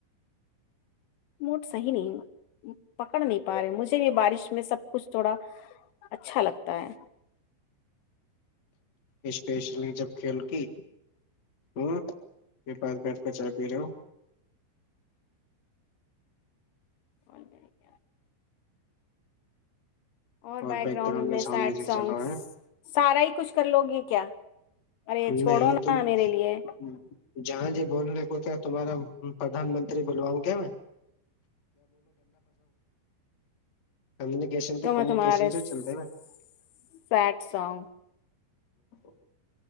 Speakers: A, on the left; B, on the left.
A: موڈ صحیح نہیں پکڑ نہیں پا رہے مجھے بھی بارش میں سب کچھ توڑا اچھا لگتا ہے
B: اسپیشلی جب کھیل کے <unintelligible>
A: <unintelligible> <unintelligible>
B: اور بیک گراؤنڈ میں ساؤنڈ میوزک چل رہا ہے
A: کچھ کر لو یہ کیا
B: <unintelligible>
A: ارے چھوڑو نا میرے لیے
B: جہاں جی بولنے کوتا ہے تمہارا پردھان منتری بلواؤ گے کمیونیکیشن تو
A: میں
B: کمیونیکیشن
A: تمہارے
B: سے
A: سیڈ
B: چلتے ہیں نا
A: سانگ
B: <inaudible>